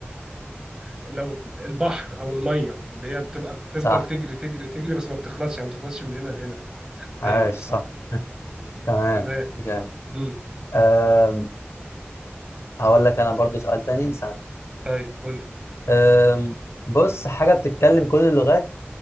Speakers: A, on the right; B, on the left.
A: لو البحر او الميه اللي هي بتبقى بتفضل
B: صح
A: تجري تجري تجري بس ما بتخلصش يعني ما بتخلصش من هنا لهنا
B: عاش
A: ايوه صح
B: صح
A: بس.
B: تمام
A: تمام
B: جامد
A: امم
B: آم، هقول لك انا برضو سؤال تاني ثانية
A: طيب قول لي
B: آم، بص حاجة بتتكلم كل اللغات